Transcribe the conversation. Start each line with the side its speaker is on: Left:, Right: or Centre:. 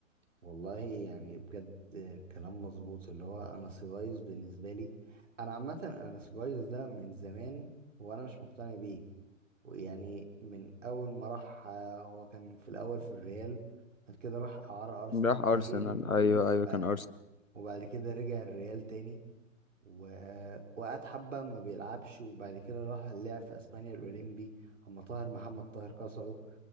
Right: والله يعني بجد كلام مظبوط اللي هو انا سيبايوس بالنسبه لي انا عامه انا سيبايوس ده من زمان وانا مش مقتنع بيه ويعني من اول ما راح آه، هو كان في الاول في الريال بعد كده راح اعاره ارسنال
Left: راح
Right: باين
Left: ارسنال ايوه ايوه
Right: وبع-
Left: كان ارسنال
Right: وبعد كده رجع الريال تاني و- وقعد حبه ما بيلعبش وبعد كده راح لعب في اسبانيا الاولمبي اما طاهر محمد طاهر كسره